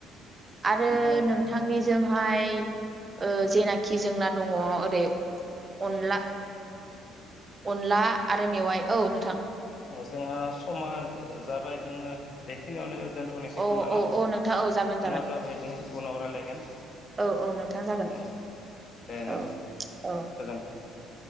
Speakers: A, on the right; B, on the left.
A: आरो
B: होमबा
A: नोंथांनि जोंहाय ओ जेनाखि जोंना दङ' ओरै अनला अनला आरो मेवाइ औ नोंथां।
B: अ जोंहा समा ओ जाबाय जोङो बेखिनियावनो दोन्थ'नोसै
A: औ
B: खोमा न'?
A: औ औ नोंथां औ जागोन
B: समा
A: जागोन
B: जाबाय जोङा उनाव रायलायगोन।
A: औ औ नोंथां जागोन।
B: औ दे
A: औ
B: नोंथां
A: औ
B: गोजोन्थों नोंथां